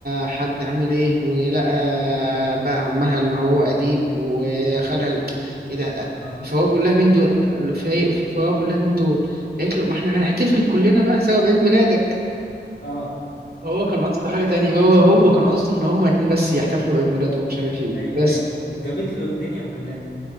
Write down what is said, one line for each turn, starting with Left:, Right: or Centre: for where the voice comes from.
Right: حد عامل إيه ولقى بقى عمها اللي هو أديب وخالها ال- ايه ده
Left: اه
Right: فهو بيقول لها مين دول فهي فهو بيقول لها مين دول قالت له ما احنا هنحتفل كلنا بقى سوا بعيد ميلادك
Left: اه
Right: هو كان قصده حاجة تانية هو هو
Left: اه
Right: كان قصده ان هما اتنين بس يحتفلوا بعيد ميلاده ومش عارف ايه
Left: ايوه
Right: بس
Left: ايوه جابت له الدنيا كلها